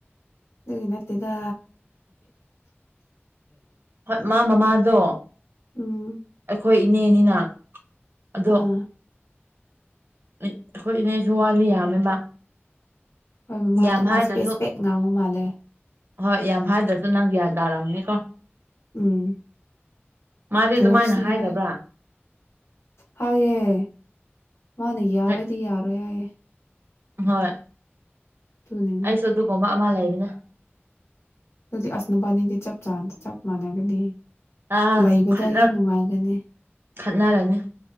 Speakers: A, on the left; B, on the right.
A: ꯑꯗꯨꯒꯤ ꯅꯠꯇꯦꯗ
B: ꯍꯣꯏ ꯃꯥ ꯃꯃꯥꯗꯣ
A: ꯎꯝ
B: ꯑꯩꯈꯣꯏ ꯏꯅꯦꯅꯤꯅ ꯑꯗꯣ
A: ꯑꯥ
B: ꯑꯩꯈꯣꯏ ꯏꯅꯦꯁꯨ ꯋꯥꯗꯤ ꯌꯥꯝꯃꯦꯕ
A: ꯍꯣꯏ ꯃꯃꯥꯗꯣ
B: ꯌꯥꯝ
A: ꯋꯥ
B: ꯍꯥꯏꯗ꯭ꯔꯁꯨ
A: ꯆꯥꯄꯦꯠ ꯆꯥꯄꯦꯠ ꯉꯥꯡꯕ ꯃꯥꯜꯂꯦ
B: ꯍꯣꯏ ꯌꯥꯝ ꯍꯥꯏꯗ꯭ꯔꯁꯨ ꯅꯪ ꯒ꯭ꯌꯥꯟ ꯇꯥꯔꯝꯅꯤ ꯀꯣ
A: ꯎꯝ
B: ꯃꯥꯗꯤ
A: ꯄꯣꯁꯅꯤ
B: ꯑꯗꯨꯃꯥꯏꯅ ꯍꯥꯏꯗꯕ꯭ꯔꯥ
A: ꯍꯥꯏꯌꯦ ꯍꯥꯏꯑꯦ ꯃꯥꯅ ꯌꯥꯔꯣꯏꯗꯤ
B: ꯍꯣꯏ
A: ꯌꯥꯔꯣꯏ ꯍꯥꯏꯌꯦ
B: ꯍꯣꯏ
A: ꯑꯗꯨꯅꯤꯅꯦ
B: ꯑꯩꯁꯨ ꯑꯗꯨꯒꯨꯝꯕ ꯑꯃ ꯂꯩꯕꯅꯦ
A: ꯑꯗꯨꯗꯤ ꯑꯁ ꯅꯣꯏꯕꯥꯅꯤꯗꯤ ꯆꯞ ꯆ ꯆꯞ ꯃꯥꯟꯅꯒꯅꯤ
B: ꯑꯥ
A: ꯂꯩꯕꯗ
B: ꯈꯠꯅ
A: ꯌꯥꯝ ꯅꯨꯡꯉꯥꯏꯒꯅꯤ
B: ꯈꯠꯅꯔꯅꯤ